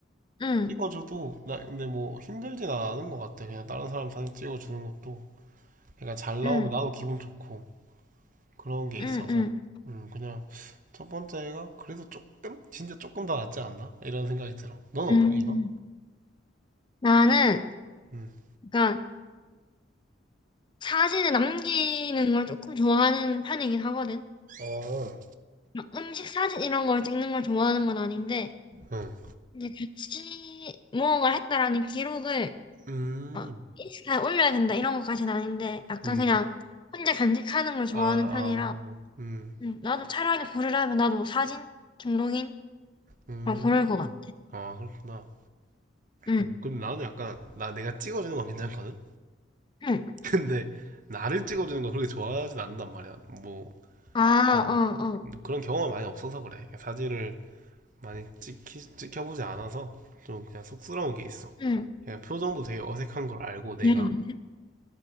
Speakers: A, on the left (about 25°); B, on the right (about 45°).
A: 응,
B: 찍어줘도 나 근데 뭐 힘들진 않은 것 같아. 그냥 다른 사람 사진 찍어주는 것도 약간 잘 나오면
A: 응,
B: 나도 기분 좋고 그런 게 있어서
A: 응, 응.
B: 음 그냥 첫 번째가 그래도 조금 진짜 조금 더 낫지 않나 이런 생각이 들어. 너는
A: 음,
B: 어때 이거?
A: 나는
B: 음.
A: 약간 사진을 남기는 걸 조금 좋아하는 편이긴 하거든.
B: 어.
A: 막 음식 사진 이런 걸 찍는 걸 좋아하는 건 아닌데,
B: 응.
A: 이제 같이 무언가를 했다라는 기록을
B: 음.
A: 막 인스타에 올려야 된다 이런 것까지는 아닌데, 약간
B: 음.
A: 그냥 혼자 간직하는 걸 좋아하는
B: 아, 아.
A: 편이라,
B: 음.
A: 음, 나도 차라리 고르라면 나도 사진 중독인
B: 음.
A: 걸 고를 것 같아.
B: 아, 그렇구나.
A: 응,
B: 음, 근데 나는 약간 나 내가 찍어주는 건 괜찮거든.
A: 응.
B: <laughs> 근데 나를 찍어주는 건 그렇게 좋아하진 않는단 말이야. 뭐,
A: 아,
B: 뭐,
A: 어, 어.
B: 뭐 그런 경험이 많이 없어서 그래. 사진을 많이 찍히, 찍혀보지 않아서 좀 그냥 쑥스러운 게 있어.
A: 응,
B: 그냥 표정도 되게 어색한 걸 알고 내가
A: 응,